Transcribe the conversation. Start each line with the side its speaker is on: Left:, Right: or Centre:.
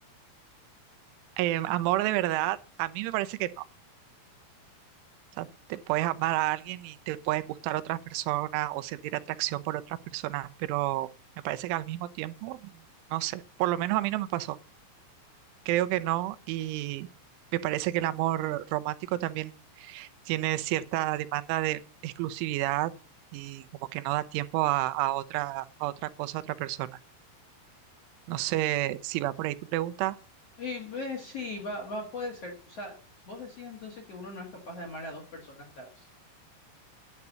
Right: Eh, amor de verdad, a mí me parece que no. O sea, te puedes amar a alguien y te pueden gustar otras personas o sentir atracción por otras personas, pero me parece que al mismo tiempo, no sé, por lo menos a mí no me pasó. Creo que no y me parece que el amor romántico también tiene cierta demanda de exclusividad y como que no da tiempo a, a otra, a otra cosa, a otra persona. No sé si va por ahí tu pregunta.
Left: Y, eh, sí, va, va, puede ser. O sea, vos decís entonces que uno no es capaz de amar a dos personas a la vez.